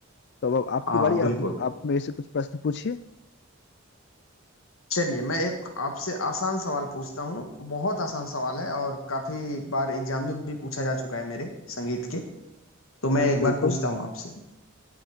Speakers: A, on the left; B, on the left.
A: तो अब आपकी
B: हाँ
A: बारी
B: बिल्कुल
A: आप आप मेरे से कुछ प्रश्न पूछिए
B: चलिए मैं एक आपसे आसान सवाल पूछता हूँ बहुत आसान सवाल है और काफी बार एग्जाम में भी पूछा जा चुका है मेरे संगीत के तो मैं एक
A: बिल्कुल
B: बार पूछता हूँ आपसे